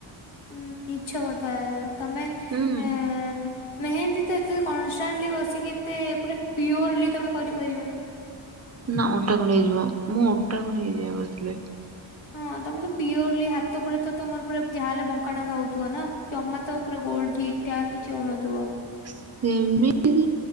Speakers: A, on the left (about 70°); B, on the right (about 30°).
A: ଉଁ ମିଛକଥା ତମେ
B: ହୁଁ
A: ଏ ମେହେନ୍ଦୀ ତ ଏତେ କନଷ୍ଟାଣ୍ଟଲି ବସିକି ଏତେ ପୁରା ପିଓରଲି ତମେ କରିପାରିବନି।
B: ନା ଅଣ୍ଟା କଣ ହେଇଯିବ। ମୁଁ ଅଣ୍ଟା କଣ ହେଇଯିବି ବସିଲେ।
A: ହଁ। ହଁ ତମେ ତ ପିଓରଲି ହାତ ପୁରା ତ ତମର ପୁରା ଯାହା ହେଲେ ବଙ୍କା ଡଙ୍କା ହଉଥିବ ନା। ଜମା ତ ପୁରା ଗୋଲ ଠିକ୍ ଠାକ୍ କିଛି ହଉନଥିବ।
B: ସେମିତି